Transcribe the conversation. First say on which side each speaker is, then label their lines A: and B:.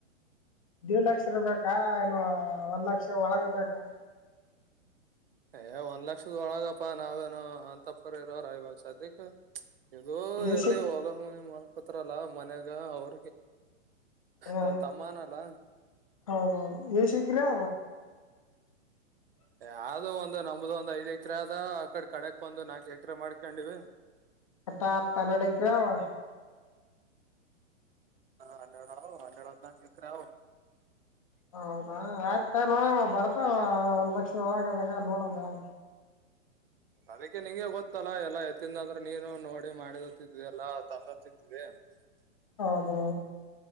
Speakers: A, on the left; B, on the right.
A: ದಿಡ್ ಲಕ್ಷದ ಬೇಕಾ ಏನ ಒಂದ್ ಲಕ್ಷ ಒಳಗ ಬೇಕಾ.
B: ಏ ಒಂದ್ ಲಕ್ಷದ ಒಳಗಪಾ ನಾವೇನೋ ಅಂತಪ್ಪರಿ ಇರೋರ ಇವಾಗ ಸದ್ಯಕ್ ಇದು
A: ಎಸಿ
B: ಎಲ್ಲಿ ಹೊಲ ಮನೆ ಮಾಡಕೋತಾರಲ್ಲ ಮನ್ಯಾಗ ಅವ್ರಿಗೆ
A: ಹ
B: ನನ್ ತಮ್ಮನಲ್ಲ
A: ಹೌದೌದು ಎ ಶಂಕರ್ಯಾ
B: ಯಾವ್ದ ಒಂದು ನಮ್ದು ಒಂದ ಐದ್ ಎಕ್ರೆ ಅದ ಆ ಕಡೆ ಕಡಕ್ ಒಂದು ನಾಕು ಎಕ್ರೆ ಮಾಡ್ಕೊಂಡಿವಿ.
A: ಹಟಾ <unintelligible>
B: ಹನ್ನಡ ಅವ ಹನ್ನಡ ಹದ್ದನಾಲ್ಕು ಎಕ್ರೆ ಅದಾವ.
A: ಹೌದಾ ಆಯ್ತ ನೋಡಮ್ಮ ಬರ್ತವ ಒಂದ್ ಲಕ್ಷ ನೊಳಗದಾಗ ನೋಡಮ್ಮ ಯಾವರ
B: ಅದಕ್ಕೆ ನಿಂಗೆ ಗೊತ್ತಲ್ಲಾ ಎಲ್ಲಾ ಎತ್ತಿಂದ ಅಂದ್ರೆ ನೀನು ನೋಡಿ ಮಾಡಿತ್ತಿದವಿ ಎಲ್ಲಾ ತಂದತ್ತಿದ್ವಿ. <unintelligible>
A: ಹೌದು.